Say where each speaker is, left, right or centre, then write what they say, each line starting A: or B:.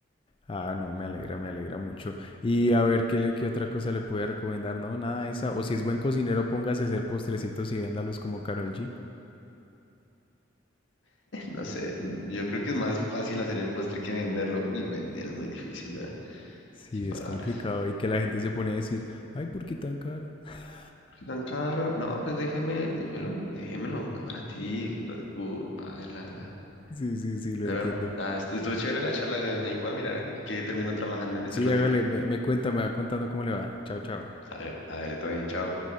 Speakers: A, on the left; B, on the left.
A: Ah, no, me alegra, me alegra mucho. Y a ver, ¿qué, le, qué otra cosa le puede recomendar? No, nada de esa. O si es buen cocinero, póngase a hacer postrecitos y véndalos como Karol G.
B: No sé, yo creo que es más fácil hacer el postre que venderlo. Uy, vender es muy difícil, ¿verdad?
A: Sí,
B: Sin palabras.
A: es complicado. Y que la gente se pone a decir, ay, ¿por qué tan caro? <laughs>
B: ¿Por qué tan caro? No, pues déjeme, déjemelo, déjemelo más para ti. Uh, paila, ¿verdad?
A: Sí, sí, sí, lo
B: Pero
A: entiendo.
B: bueno, nada, est- estuvo chévere la charla, ¿verdad? ahí va a mirar que termino trabajando en este
A: Sí,
B: ratico.
A: hágale, me, me cuenta, me va contando cómo le va. Chao, chao.
B: Hágale, hágale, todo bien, chao.